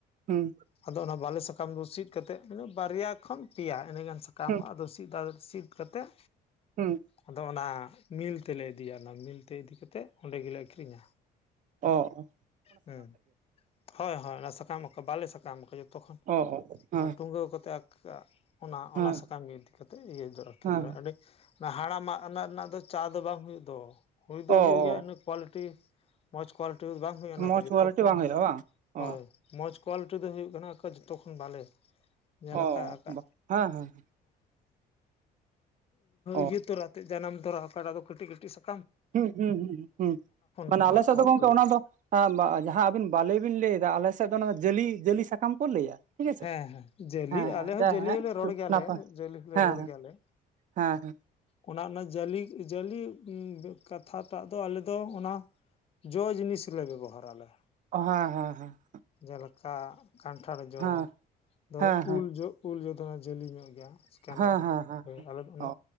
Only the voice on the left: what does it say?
ᱟᱫᱚ ᱚᱱᱟ ᱵᱟᱞᱮ ᱥᱟᱠᱟᱢ ᱫᱚ ᱥᱤᱫ ᱠᱟᱛᱮᱜ ᱵᱟᱨᱭᱟ ᱠᱷᱚᱱ ᱯᱮᱭᱟ ᱤᱱᱟᱹ ᱜᱟᱱ ᱥᱟᱠᱟᱢ
ᱟᱫᱚ ᱥᱤᱫ ᱥᱤᱫ ᱠᱟᱛᱮᱫ
ᱟᱫᱚ ᱚᱱᱟ ᱢᱤᱞ ᱛᱮᱞᱮ ᱤᱫᱤᱭᱟ ᱚᱱᱟ ᱢᱤᱞ ᱛᱮ ᱤᱫᱤ ᱠᱟᱛᱮᱫ ᱚᱸᱰᱮ ᱜᱮᱞᱮ ᱟᱠᱷᱨᱤᱧᱟ᱾
ᱦᱮ ᱦᱳᱭ ᱦᱳᱭ ᱚᱱᱟ ᱥᱟᱠᱟᱢ ᱠᱚ ᱵᱟᱞᱮ ᱥᱟᱠᱟᱢ ᱠᱚ ᱡᱚ ᱛᱚᱠᱷᱚᱱ
ᱴᱩᱜᱟᱹᱣ ᱠᱟᱛᱮ ᱚᱱᱟ
ᱚᱱᱟ ᱥᱟᱠᱟᱢ ᱜᱮ ᱤᱫᱤ ᱠᱟᱛᱮᱫ ᱤᱭᱟᱹ ᱫᱚ <inaudible>
ᱟᱹᱰᱤ ᱚᱱᱟ ᱦᱟᱲᱟᱢᱟᱜ ᱱᱟᱜ ᱨᱮᱱᱟᱜ ᱫᱚ ᱪᱟ ᱫᱚ ᱵᱟᱝ ᱦᱩᱭᱩᱜ ᱫᱚ ᱦᱩᱭ ᱫᱚ
ᱦᱩᱭᱩᱜ ᱜᱮᱭᱟ
ᱤᱱᱟᱹ ᱠᱣᱟᱞᱤᱴᱤ ᱢᱚᱡᱽ ᱠᱚᱣᱟᱞᱤᱴᱤ ᱵᱟᱝ ᱦᱩᱭᱩᱜᱼᱟ ᱚᱱᱟ
ᱫᱚ ᱡᱚᱛᱚ
ᱠᱷᱚᱱ
ᱦᱳᱭ
ᱢᱚᱡᱽ ᱠᱳᱣᱟᱞᱤᱴᱤ ᱫᱚ ᱦᱩᱭᱩᱜ ᱠᱟᱱᱟ ᱡᱚᱛᱚ ᱠᱷᱚᱱ ᱵᱷᱟᱞᱮ ᱡᱮᱞᱮᱠᱟ
ᱟᱠᱟ
ᱤᱭᱟᱹ ᱛᱚᱨᱟᱛᱮᱫ ᱡᱟᱱᱟᱢ <inaudible> ᱠᱟᱰᱟ ᱫᱚ ᱠᱟᱹᱴᱤᱡ ᱠᱟᱹᱴᱤᱡ ᱥᱟᱯ
ᱜᱮ
ᱢᱚᱡᱽ
ᱠᱳᱣᱟᱞᱤᱴᱤ
ᱦᱮᱸ ᱦᱮᱸ ᱡᱟᱹᱞᱤ
ᱟᱞᱮ ᱦᱚᱸ
ᱡᱟᱹᱞᱤ ᱦᱚᱸᱞᱮ ᱨᱚᱲ ᱜᱮᱭᱟᱞᱮ
ᱡᱟᱹᱞᱤ ᱦᱚᱸᱞᱮ
ᱨᱚᱲ
ᱜᱮᱭᱟᱞᱮ
ᱚᱱᱟ ᱚᱱᱟ ᱡᱟᱹᱞᱤ ᱡᱟᱹᱞᱤ ᱠᱟᱛᱷᱟᱴᱟᱜ ᱫᱚ ᱟᱞᱮ ᱫᱚ ᱚᱱᱟ ᱡᱚ ᱡᱤᱱᱤᱥ ᱞᱮ ᱵᱮᱵᱚᱦᱟᱨᱟ ᱟᱞᱮ ᱾
ᱡᱮᱞᱮᱠᱟ ᱠᱟᱱᱴᱷᱟᱲ ᱡᱚ
ᱫᱚ
ᱩᱞ ᱡᱚ ᱩᱞ ᱡᱚ ᱫᱚ ᱡᱟᱹᱞᱤ ᱧᱚᱜ ᱜᱮᱭᱟ᱾ ᱥᱠᱮᱱᱮᱫ
ᱜᱮᱭᱟ
ᱦᱳᱭ ᱟᱞᱮ ᱫᱚ ᱚᱱᱟ